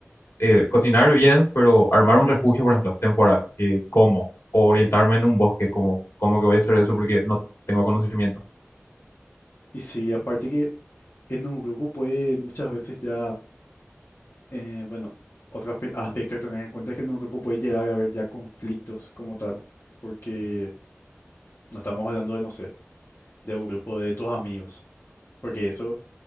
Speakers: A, on the left (about 80°); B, on the left (about 65°).
A: eh, cocinar bien, pero armar un refugio, por ejemplo, temporal, que como, o orientarme en un bosque, como, como que voy a hacer eso porque no tengo conocimiento.
B: y sí, aparte que en un grupo puede muchas veces ya, eh, bueno, otro aspe- aspecto a tener en cuenta es que en un grupo puede llegar a haber ya conflictos como tal, porque no estamos hablando de, no sé, de un grupo de tus amigos, porque eso,